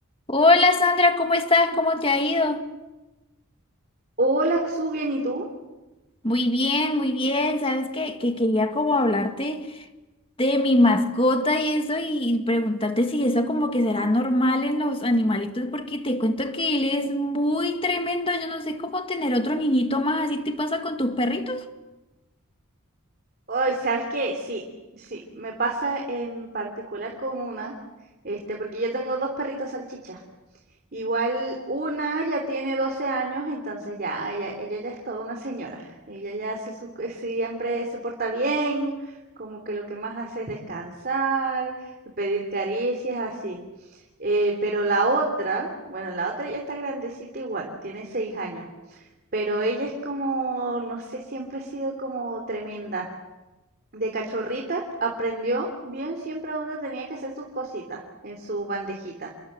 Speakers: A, on the left (about 25°); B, on the right (about 45°).
A: Hola Sandra, ¿cómo estás? ¿Cómo te ha ido?
B: Hola, Su, bien, ¿y tú?
A: Muy bien, muy bien. Sabes que, que quería como hablarte de mi mascota y eso y preguntarte si eso como que será normal en los animalitos porque te cuento que él es muy tremendo. Yo no sé cómo tener otro niñito más. ¿Así te pasa con tus perritos?
B: Ay, ¿sabes qué? Sí, sí, me pasa en particular con una, este, porque yo tengo dos perritos salchichas. Igual una ya tiene 12 años, entonces ya, ya- ella ya es toda una señora. Ella ya hace sus, eh, siempre se porta bien, como que lo que más hace es descansar, pedir caricias, así. Eh, pero la otra, bueno, la otra ya está grandecita igual, tiene 6 años. Pero ella es como, no sé, siempre ha sido como tremenda. De cachorrita aprendió bien siempre dónde tenía que hacer sus cositas en su bandejita,